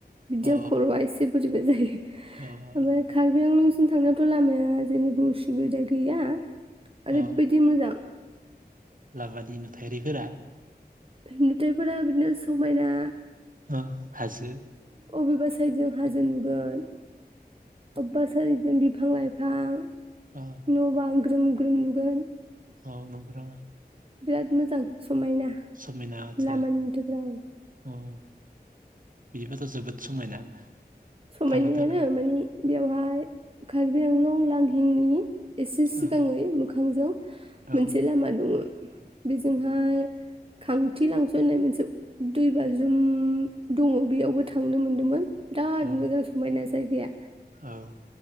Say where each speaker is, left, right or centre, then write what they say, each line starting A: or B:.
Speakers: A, on the right (about 35°); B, on the right (about 55°).
A: बिदियाव
B: अ
A: खर'या एसे <unintelligible> ओमफ्राय
B: अ
A: कार्बिआंलं। जों थांनायावथ' लामाया जेबो उसुबिदा गैया। ओरैबायदि
B: अ
A: मोजां
B: लामानि नुथायारिफोरा
A: नुथायाइफोरा बिदिनो समायना
B: ओ हाजो
A: अबेबा सारिजों हाजो नुगोन अबेबा सारिजों बिफां लाइफां
B: औ
A: न' बां ग्रोम ग्रोम नुगोन
B: अ नंगौ
A: बिराद मोजां समायना
B: समायना आदसा
A: लामा नुथायफोरा अ
B: औ बिदिबाथ' जोबोद समायना
A: समायनायानो
B: थांनो थाखाय
A: माने बेयावहाय कार्बिआंलं लांहिनि एसे सिगाङै
B: औ
A: मोखांजों मोनसे
B: औ
A: लामा दङ बेजोंहाय खांथि लांस'नाय मोनसे दै बाजरुम दङ बेयावबो थांनो मोनदोंमोन बिराद
B: औ
A: मोजां समायना जायगाया
B: औ